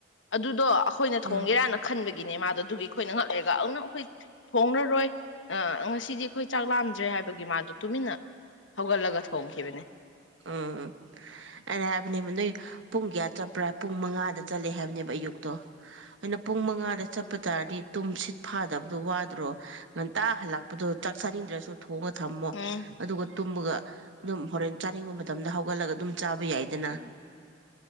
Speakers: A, on the left; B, on the right.
A: ꯑꯗꯨꯗꯣ ꯑꯩꯈꯣꯏꯅ ꯊꯣꯡꯒꯦꯔꯥꯅ
B: ꯎꯝ
A: ꯈꯟꯕꯒꯤ ꯒꯤꯅꯦ ꯃꯥꯗꯣ ꯑꯗꯨꯒꯤ ꯑꯩꯈꯣꯏꯅ ꯉꯛ ꯂꯩꯔꯒ ꯑꯗꯨ ꯅꯪ ꯑꯩꯈꯣꯏ ꯊꯣꯡꯔꯔꯣꯏ ꯑ ꯉꯁꯤꯗꯤ ꯑꯩꯈꯣꯏ ꯆꯥꯛ ꯂꯥꯝꯗ꯭ꯔꯦ ꯍꯥꯏꯕꯒꯤ ꯃꯥꯗꯣ ꯇꯨꯃꯤꯟꯅ ꯍꯧꯒꯠꯂꯒ ꯊꯣꯡꯈꯤꯕꯅꯦ
B: ꯎꯝ ꯑꯩꯅ ꯍꯥꯏꯕꯅꯦꯕ ꯅꯣꯏ ꯄꯨꯡ ꯀꯌꯥ ꯆꯠꯄ꯭ꯔꯥ ꯄꯨꯡ ꯃꯉꯥꯗ ꯆꯠꯂꯦ ꯍꯥꯏꯕꯅꯦꯕ ꯑꯌꯨꯛꯇꯣ ꯑꯩꯅ ꯄꯨꯡ ꯃꯉꯥꯗ ꯆꯠꯄ ꯇꯥꯔꯗꯤ ꯇꯨꯝ ꯁꯤꯠ ꯐꯥꯗꯕꯗꯣ ꯋꯥꯗ꯭ꯔꯣ ꯉꯟꯇꯥ ꯍꯜꯂꯛꯄꯗꯣ ꯆꯥꯛ ꯆꯥꯅꯤꯡꯗ꯭ꯔꯁꯨ ꯊꯣꯡꯉ ꯊꯝꯃꯣ
A: ꯎꯝ
B: ꯑꯗꯨꯒ ꯇꯨꯝꯃꯒ ꯑꯗꯨꯝ ꯍꯣꯔꯦꯟ ꯆꯥꯅꯤꯡꯕ ꯃꯇꯝꯗ ꯍꯧꯒꯠꯂꯒ ꯑꯗꯨꯝ ꯆꯥꯕ ꯌꯥꯏꯗꯅ